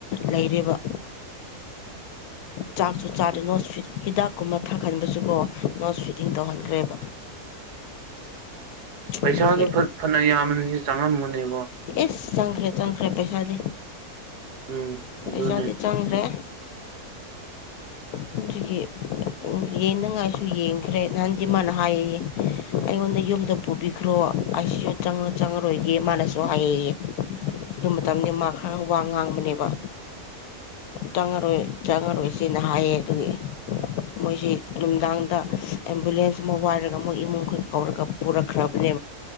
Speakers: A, on the left; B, on the right.
A: ꯂꯩꯔꯤꯕ
B: <unintelligible>
A: ꯆꯥꯛꯁꯨ ꯆꯥꯗꯦ ꯅꯣꯠꯁ ꯐꯤ ꯍꯤꯗꯥꯛꯀꯨꯝꯕ ꯊꯥꯍꯟꯕꯁꯨꯀꯣ ꯅꯣꯠꯁ ꯐꯤꯗꯤꯡ ꯇꯧꯍꯟꯈ꯭ꯔꯦꯕ
B: ꯄꯩꯁꯥꯗꯨ
A: ꯑꯗꯨꯒꯤ
B: ꯐꯅ ꯌꯥꯝꯕꯅꯤꯁꯨ ꯆꯪꯉꯝꯃꯨꯅꯦꯕ
A: ꯑꯦ ꯆꯪꯈ꯭ꯔꯦ ꯆꯪꯈ꯭ꯔꯦ ꯄꯩꯁꯥꯗꯤ
B: ꯎꯝ ꯑꯗꯨꯅꯦ
A: ꯄꯩꯁꯥꯗꯤ ꯆꯪꯈ꯭ꯔꯦ ꯖꯤꯗꯒꯤꯒꯤ ꯎ ꯌꯦꯡꯅꯤꯡꯉꯥꯏꯁꯨ ꯌꯦꯡꯈ꯭ꯔꯦ ꯅꯍꯥꯟꯗꯤꯃꯥꯟꯅ ꯍꯥꯏꯌꯦ ꯑꯩꯉꯣꯟꯗ ꯌꯨꯝꯗ ꯄꯨꯕꯤꯈ꯭ꯔꯣ ꯑꯩꯁꯤꯁꯨ ꯆꯪꯉ ꯆꯪꯉꯔꯣꯏꯒꯦ ꯃꯥꯅꯁꯨ ꯍꯥꯏꯌꯦꯌꯦ ꯑꯗꯨ ꯃꯇꯝꯅꯤꯗꯤ ꯃꯥ ꯈꯔ ꯋꯥ ꯉꯥꯡꯕꯅꯦꯕ ꯆꯪꯉꯔꯣꯏ ꯆꯪꯉꯔꯣꯏ ꯁꯤꯅ ꯍꯥꯏꯌꯦ ꯑꯗꯨꯒꯤ ꯃꯣꯏꯁꯤꯦ ꯅꯨꯡꯗꯥꯡꯗ ꯑꯦꯝꯕꯨꯂꯦꯟꯁ ꯑꯃ ꯋꯥꯏꯔꯒ ꯃꯣꯏ ꯏꯃꯨꯡꯈꯛ ꯀꯧꯔꯒ ꯄꯨꯔꯛꯈ꯭ꯔꯕꯅꯦ